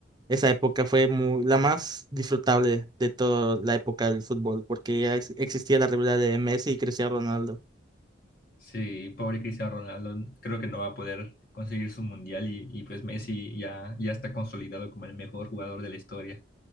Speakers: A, on the right (about 25°); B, on the left (about 55°).
A: esa época fue mu- la más disfrutable de toda la época del fútbol porque ya ex- existía la rivalidad de Messi y Cristiano Ronaldo.
B: Sí, pobre Cristiano Ronaldo, creo que no va a poder conseguir su mundial y, y pues Messi ya, ya está consolidado como el mejor jugador de la historia.